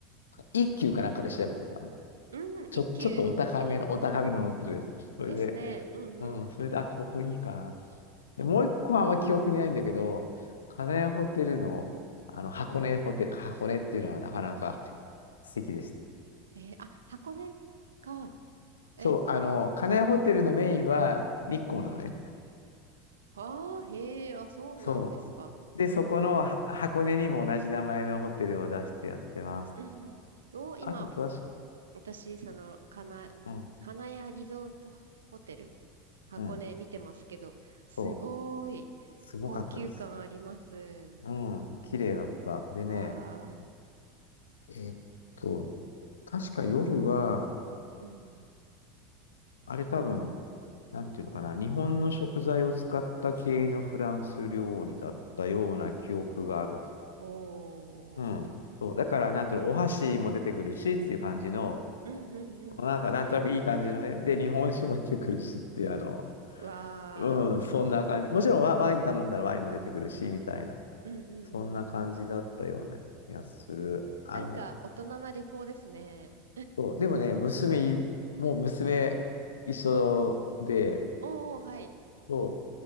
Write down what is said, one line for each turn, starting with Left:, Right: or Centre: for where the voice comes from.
Left: 一級かなんかで調べてさ、あの
Right: うん。
Left: ちょ、
Right: 一級
Left: ちょっとお高めの、お高めの乗ってるですね。それで、
Right: ですね。うんうん。
Left: うん、それで、あ、ここいいかな。で、もう一個はあんま記憶にないんだけど、金谷ホテルの、あの、箱根ホテル、箱根っていうのはなかなか素敵でした。
Right: えーあ、箱根か。え、
Left: そう、あの、金谷ホテルのメインは日光なのね。
Right: ああ、へえ、あ、そうなんですか。
Left: そう。で、そこのは箱根にも同じ名前のホテルを出してやってます。
Right: うん。を、今、
Left: あと、正しく、
Right: 私、その、かな、
Left: うん、
Right: 金谷リゾートホテル、箱根見てますけど、
Left: うん、
Right: すごい高級感あります。
Left: そう、すごかったです。うん、綺麗だった。でね、
Right: わ
Left: えーっと、確か夜は、
Right: ー。うん。
Left: あれ多分、なんていうのかな、日本の食材を使った系のフランス料理だったような記憶がある。
Right: おー。
Left: うん。そう。だから、なんていうの、お箸も出てくるしっていう感じの、
Right: うんうんうん。
Left: なんか、なんとなくいい感じのね。で、日本酒も出てくるしっていう、あの、
Right: わー。
Left: うん、そんな感じ。もちろんワ、ワイン頼んだらワインも出てくるし、みたいな。
Right: うんうんうん。
Left: そんな感じだったような気がする。あの、
Right: なんか、大人な旅行ですね。
Left: そう。でもね、娘い、もう娘一緒で、
Right: おーおー、はい。
Left: そ